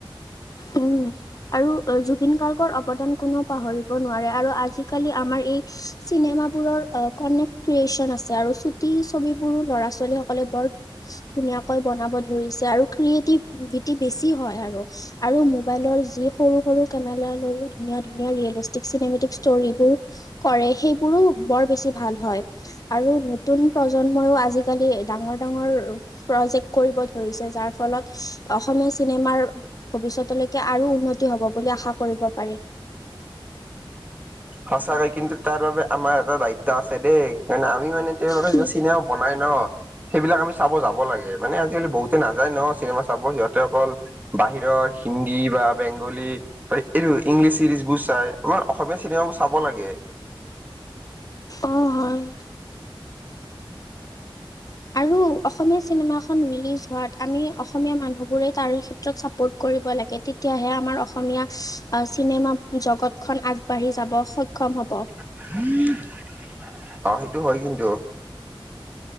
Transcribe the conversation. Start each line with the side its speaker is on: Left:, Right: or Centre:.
Left: উম। আৰু জুবিন গাৰ্গৰ অৱদান কোনো পাহৰিব নোৱাৰে, আৰু আজিকালি আমাৰ এই চিনেমাবোৰৰ কনেক্ট ক্ৰিয়েচন আছে, আৰু ছুটি ছবিবোৰো ল'ৰা-ছোৱালীসকলে বৰ ধুনীয়াকৈ বনাব ধৰিছে, আৰু ক্ৰিয়েটিভিটি বেছি হয় আৰু। আৰু মোবাইলৰ যি যি সৰু-সৰু কেমেৰা লৈও ধুনীয়া-ধুনীয়া ৰিয়েলিষ্টিক, চিনেমেটিক ষ্টৰিবোৰ কৰে সেইবোৰো বৰ বেছি ভাল হয়। আৰু নতুন প্ৰজন্মইও আজিকালি ডাঙৰ ডাঙৰ- প্ৰজেক্ট কৰিব ধৰিছে। যাৰ ফলত অসমীয়া চিনেমাৰ ভৱিষ্যতলৈকে আৰু- উন্নতি হ'ব বুলি আশা কৰিব পাৰি।
Right: সঁচাকৈ কিন্তু তাৰ বাবে আমাৰ এটা দায়িত্ব আছে দেই কাৰণ আমিও মানে - তেওঁলোকে
Left: কি
Right: যিবিলাক চিনেমা বনাই ন' সেইবিলাক আমি চাব যাব লাগে। মানে আজিকালি বহুত- নাযায় ন' চিনেমা চাব, সিহঁতে অকল বাহিৰৰ হিন্দী বা বেংগলী- হয় এইটো ইংলিছ চিৰিজ বোৰ চাই আমাৰ অসমীয়া চিনেমাবোৰ চাব লাগে।
Left: অঁ' হয়। আৰু অসমীয়া চিনেমাখন ৰিলিজ হোৱাত আমি অসমীয়া মানুহ বোৰে তাৰে ক্ষেত্ৰত চাপৰ্ট কৰিব লাগে তেতিয়াহে আমাৰ অসমীয়া আ চিনেমা জগতখন আগবাঢ়ি যাব সক্ষম হ'ব।
Right: <unintelligible> অঁ' সেইটো হয় কিন্তু।